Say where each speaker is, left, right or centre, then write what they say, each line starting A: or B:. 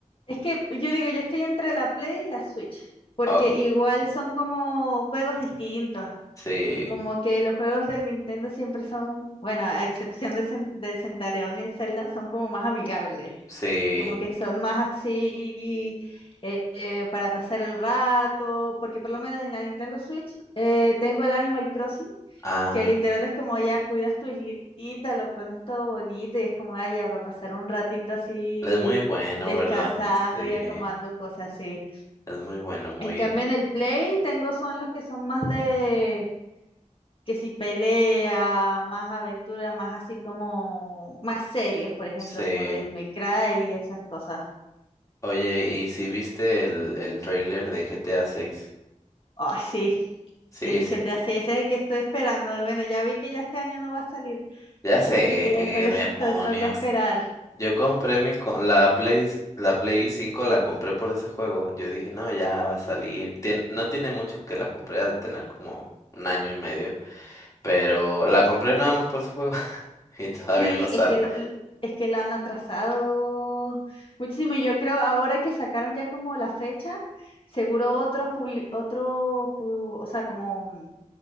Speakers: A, on the left; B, on the left.
A: es que yo digo, yo estoy entre la Play y la Switch, porque
B: Ah, ok.
A: igual son como juegos distintos.
B: Sí,
A: Como que los juegos del Nintendo siempre son, bueno, a excepción de Cen- del Centaleón y el Zelda, son como más amigables.
B: sí.
A: Como que son más así eh, eh, para pasar el rato, porque por lo menos en la Nintendo Switch eh, tengo el Animal Crossing
B: Ah,
A: que literal es como ya cuidas tu islita, lo pones todo bonito y es como, ay, ya va a pasar un ratito así
B: es muy bueno,
A: descansando
B: ¿verdad? Sí,
A: y acomodando cosas así.
B: es muy bueno, muy...
A: En cambio en el Play tengo son los que son más de que si pelea, más aventura, más así como más serios, por ejemplo,
B: Sí.
A: como Devil May Cry y esas cosas.
B: Oye, ¿y si viste el, el tráiler de GTA seis?
A: Ay, sí.
B: Sí,
A: El
B: sí.
A: GTA 6 ese es el que estoy esperando. Y Bueno, ya vi que ya este año no va a salir,
B: Ya sé,
A: así que to- <laughs>
B: demonios.
A: to- toca esperar.
B: Yo compré mi co- la Play, la Play 5 la compré por ese juego. Yo dije, no, ya va a salir. Tien- no tiene mucho que la compré, ha de tener como un año y medio. Pero la compré nada más por ese juego. <laughs> Y todavía
A: Sí,
B: no sale.
A: es que lo, l- es que lo han atrasado muchísimo y yo creo ahora que sacaron ya como la fecha, seguro otros publi- otros, pu- o sea, como mm,